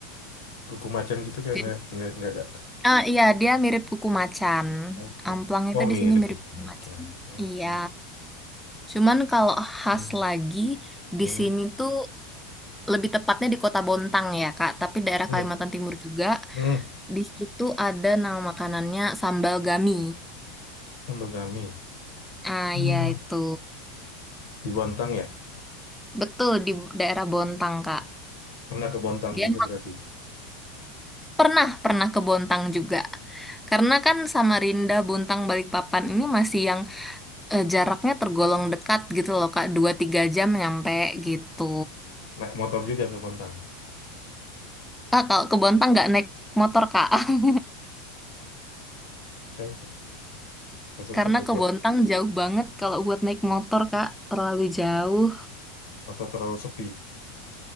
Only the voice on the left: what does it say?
kuku macan gitu kayak
nggak nggak nggak ada.
Oke.
Oh
mirip
kuku
macan.
Oke.
Hmm.
Hmm.
Hmm.
Hmm.
Sambal gami.
Hmm.
Di Bontang ya?
Pernah ke Bontang
juga berarti.
Naik motor juga ke Bontang.
Kan ke ke-
ke Bogor.
Atau terlalu sepi.